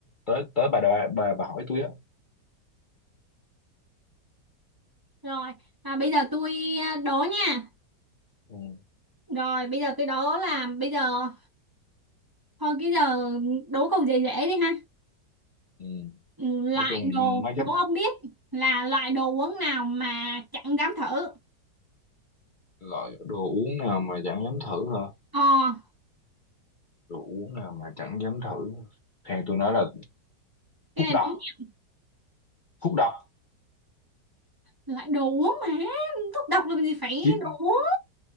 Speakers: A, on the left; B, on the right.
A: tới tới bà đòi bà bà hỏi tôi á
B: rồi à, bây giờ tôi ờ, đố nha
A: ừ,
B: rồi bây giờ tôi đố là bây giờ Thôi cái giờ đố câu dễ dễ đi ha.
A: ừ.
B: Ừ, Loại
A: nói chung
B: đồ,
A: mấy
B: đố
A: cái
B: ông biết là loại đồ uống nào mà chẳng dám thử.
A: loại đồ uống nào mà chẳng dám thử hả
B: Ờ,
A: đồ uống nào mà chẳng dám thử theo tôi nói là
B: cái
A: thuốc
B: này
A: độc
B: đúng nhỉ.
A: thuốc độc
B: loại đồ uống mà thuốc độc làm gì phải
A: thì,
B: đồ uống.